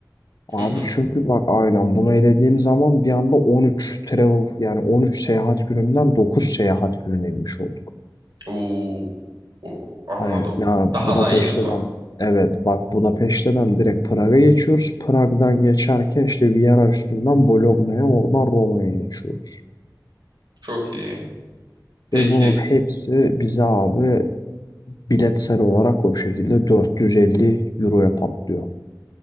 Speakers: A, on the left (about 60°); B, on the right (about 70°).
A: Abi
B: <laughs>
A: çünkü bak aynen bunu elediğim zaman bir anda 13 travel yani 13 seyahat gününden 9 seyahat gününe inmiş olduk.
B: Oo, o- anladım.
A: Hani ya
B: Daha
A: Budapeşte'den
B: da iyi o zaman.
A: evet bak Budapeşte'den direkt Prag'a geçiyoruz. Prag'dan geçerken işte Viyana üstünden Bologna'ya oradan Roma'ya geçiyoruz.
B: Çok iyi. Peki.
A: Ve bunun hepsi bize abi biletsel olarak o şekilde 450 euroya patlıyor.